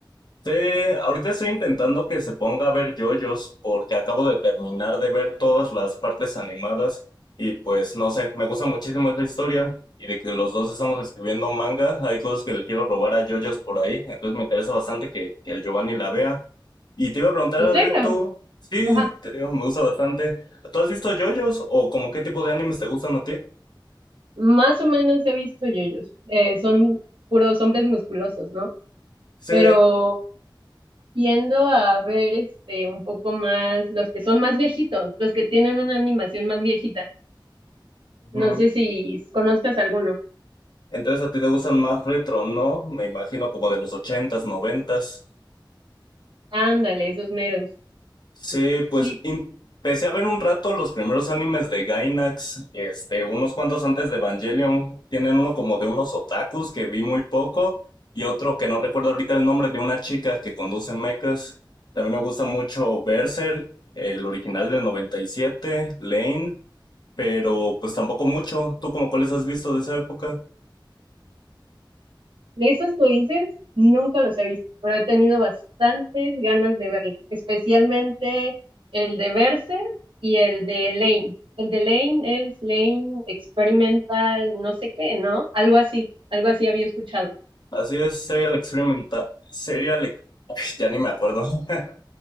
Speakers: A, on the left (about 60°); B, on the right (about 80°).
A: Sí, ahorita estoy intentando que se ponga a ver JoJo's porque acabo de terminar de ver todas las partes animadas y pues no sé, me gusta muchísimo esa historia y de que los dos estamos escribiendo manga, hay cosas que le quiero robar a JoJo's por ahí, entonces me interesa bastante que, que el Giovanni la vea. Y te iba a preguntar,
B: ¿En
A: Abril,
B: serio?
A: tú, sí,
B: Ajá.
A: te digo, me gusta bastante. ¿Tú has visto JoJo's o como qué tipo de animes te gustan a ti?
B: Más o menos he visto yoyos. Eh, son puros hombres musculosos, ¿no?
A: Sí.
B: Pero tiendo a ver este un poco más los que son más viejitos, los que tienen una animación más viejita.
A: ujú.
B: No sé si conozcas alguno.
A: Entonces a ti te gustan más retro, ¿no? Me imagino como de los ochentas, noventas.
B: Ándale, esos meros.
A: Sí,
B: Sí,
A: pues in- empecé a ver un rato los primeros animes de Gainax, este, unos cuantos antes de Evangelion. Tienen uno como de unos otakus que vi muy poco y otro que no recuerdo ahorita el nombre de una chica que conduce mechas. También me gusta mucho Berserk, el original del 97, Lane, pero pues tampoco mucho. ¿Tú como cuáles has visto de esa época?
B: de esos que dices, nunca los he visto, pero he tenido bastantes ganas de verlo, especialmente el de Berserk y el de Lane. El de Lane es Lane Experimental, no sé qué, ¿no? Algo así, algo así había escuchado.
A: Así es, Serial Experimenta, Serial, Ex- <laughs> ya ni me acuerdo. <laughs>